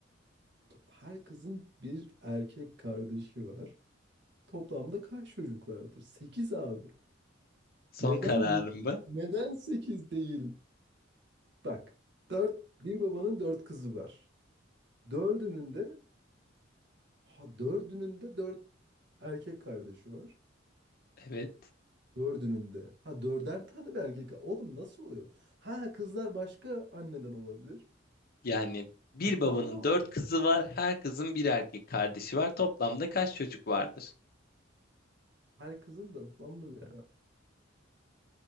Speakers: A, on the right; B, on the left.
A: To- Her kızın bir erkek kardeşi var. Toplamda kaç çocuklardır? Sekiz abi.
B: Son
A: Neden
B: kararım
A: değil?
B: bu.
A: Neden 8 değil? Bak, dört bir babanın 4 kızı var. Dördünün de ha dördünün de 4 erkek kardeşi var.
B: Evet.
A: Dördünün de. Ha dörder tane mi erkek? Oğlum nasıl oluyor? Ha kızlar başka anneden olabilir.
B: Yani bir babanın
A: Aa,
B: dört kızı var. Her kızın bir erkek kardeşi var. Toplamda kaç çocuk vardır?
A: her kızın da toplamda bir.